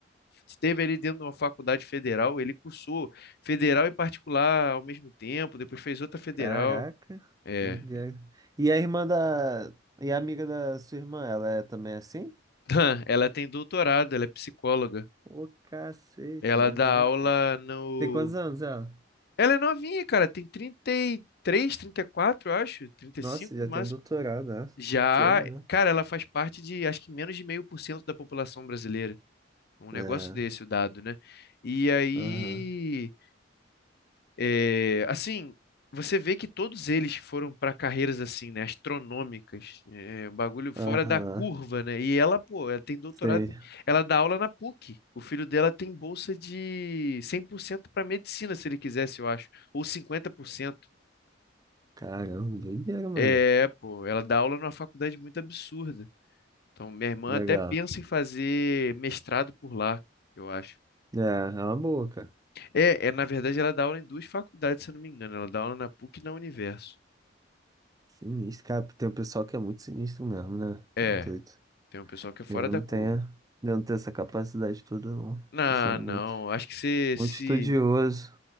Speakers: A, on the left; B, on the right.
A: esteve ali dentro de uma faculdade federal, ele cursou federal e particular ao mesmo tempo, depois fez outra federal.
B: Caraca,
A: É.
B: doideira. E a irmã da. E a amiga da sua irmã, ela é também assim?
A: <laughs> Ela tem doutorado, ela é psicóloga.
B: Ô, cacete,
A: Ela
B: maneiro.
A: dá aula no.
B: Tem quantos anos ela?
A: Ela é novinha, cara, tem 33, 34, eu acho, 35
B: Nossa, já
A: no máximo.
B: tem doutorado, né?
A: Já,
B: Cedo, né?
A: cara, ela faz parte de acho que menos de meio por cento da população brasileira. Um negócio
B: É,
A: desse, o dado, né? E aí
B: aham,
A: É, assim, você vê que todos eles foram para carreiras assim, né, astronômicas, é, bagulho fora
B: aham.
A: da curva, né? E ela, pô, ela tem doutorado,
B: Sei.
A: ela dá aula na PUC. O filho dela tem bolsa de 100% para medicina, se ele quisesse, eu acho, ou cinquenta por cento
B: Caramba, doideira, mano.
A: É, pô, ela dá aula numa faculdade muito absurda. Então, minha irmã
B: Legal.
A: até pensa em fazer mestrado por lá, eu acho.
B: É, é uma boa, cara.
A: É, é, na verdade, ela dá aula em duas faculdades, se eu não me engano. Ela dá aula na PUC e na Universo.
B: Sinistro, cara. Tem um pessoal que é muito sinistro mesmo, né? Tá
A: É,
B: doido.
A: Tem um pessoal que é fora
B: Eu
A: da
B: não
A: curva.
B: tenho, eu não tenho essa capacidade toda, não.
A: Não,
B: Pessoal muito,
A: não. Acho que você
B: muito
A: se.
B: estudioso.